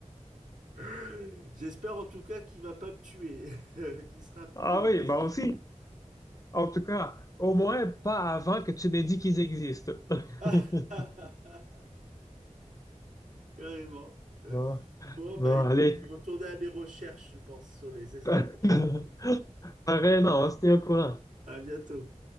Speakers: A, on the right; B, on the left.
A: <laughs> J'espère en tout cas qu'il va pas me tuer, <laughs> qu'il sera
B: Ah
A: euh,
B: oui,
A: pacifique.
B: bon aussi. En tout cas, au moins pas avant que tu m'aies dit qu'ils existent. <laughs>
A: <laughs> Carrément.
B: Bon,
A: Bon,
B: bon,
A: bah écoute,
B: allez.
A: je vais retourner à mes recherches, je pense, sur les extraterrestres.
B: <laughs> Pareillement, on se tient au courant.
A: À bientôt.